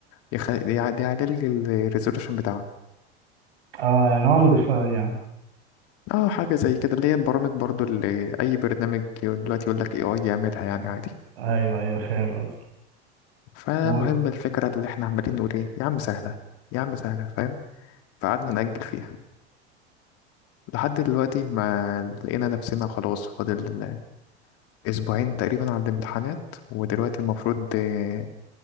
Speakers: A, on the left (about 45°); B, on the right (about 65°).
A: يخ... يعد- يعدل الريزولوشن بتاعها
B: اه يعني هو مدفع يعني
A: اه حاجه زي كده اللي هي البرامج برضو اللي اي برنامج دلوقتي يقول لك اي اي يعملها يعني عادي
B: ايوه ايوه فاهم قصدي
A: فمهم
B: و...
A: الفكره اللي احنا عمالين نقول ايه يا عم سهله يا عم سهله فاهم فقعدنا نأجل فيها لحد دلوقتي ما لقينا نفسنا خلاص فاضل اسبوعين تقريبا على الامتحانات ودلوقتي المفروض آه،